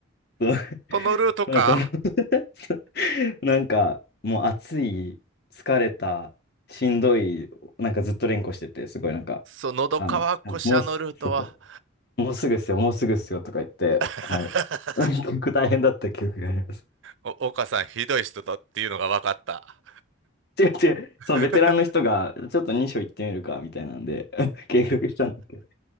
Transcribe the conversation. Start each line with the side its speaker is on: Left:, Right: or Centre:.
Left: そう
Right: そのルートか。
Left: なんかもう <laughs> なんか、もう暑い、疲れた、しんどい、なんかずっと連呼してて、すごいなんか、
Right: そう、喉乾くし、
Left: あの、もうす、
Right: あのルートは。
Left: そうもうすぐっすよ、もうすぐっすよとか言って、
Right: <laughs>
Left: はい。<laughs> 結構大変だった記憶があります。
Right: お、岡さん、ひどい人だっていうのが分かった。
Left: 違う違う、
Right: <laughs>
Left: そのベテランの人が、ちょっと2章行ってみるか、みたいなんで、<laughs> 計画したんですけど。